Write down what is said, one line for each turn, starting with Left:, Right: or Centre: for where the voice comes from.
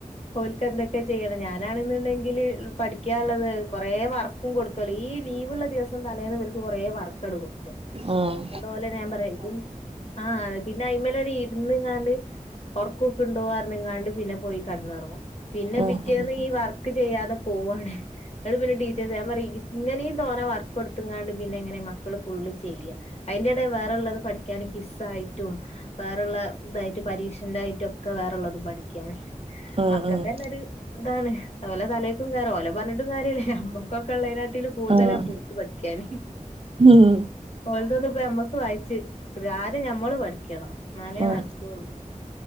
Left: ഓൽക്ക എന്തൊക്കെ ചെയ്യണം ഞാനാണെന്നുണ്ടെങ്കില് പഠിക്കാനുള്ളത് കൊറെ വർക്കും കൊടുക്കല്ലോ ഈ ലീവ്ള്ള ദിവസം തലേന്ന് ഇവൽക്ക് കൊറേ വർക്ക് അട്ട് കൊടുക്കും
Right: ആഹ്
Left: അതുപോലെ ഞാൻ പറയാ ഇ ആഹ് പിന്നെ അയിമലട് ഇരുന്ന് ഇങ്ങാണ്ട് ഒർക്കൂക്ക്ണ്ടോ അർഞ്ഞിങ്ങാണ്ട് പിന്നെ പോയി കടന്ന് ഒറങ്ങും പിന്നെ
Right: ഉം
Left: പിറ്റേന്ന്
Right: ഉം
Left: ഈ വർക്ക് ചെയ്യാതെ പോവാണ് ങ്ങട്ട് പിന്നെ ടീച്ചേഴസ് ഞാൻ പറ ഇങ്ങനെയും തോനെ വർക്ക് കൊടുത്താണ്ട് പിന്നെ എങ്ങനെ മക്കള് ഫുള്ള് ചെയ്യാ അതിന്റെട വേറെള്ളത് പഠിക്കാന് കിസ്സായിട്ടും വേറള്ള ഇതായിട്ട് പരീക്ഷന്റൊയിട്ടൊക്കെ വേറള്ളതും പഠിക്കാന്
Right: ഉം
Left: മക്കൾക്ക്
Right: ഉം
Left: തന്നെ ഒരു ഇതാണ് ഓലെ തല ഓലെ പറഞ്ഞിട്ടും കാര്യല്ലേ അമ്മക്കൊക്കെ ഉള്ളൈനാട്ടിലും കൂടുതലാ
Right: ഉം
Left: ഇപ്പോ ഓൽക്ക് പഠിക്കാന്
Right: ഉം
Left: ഓലതോന്നും ഇപ്പം നമ്മക്ക് വായിച്ച് ഒരു ആദ്യം ഞമ്മള് പഠിക്കണം എന്നാലേ
Right: ഉം
Left: നടക്കുള്ളൂ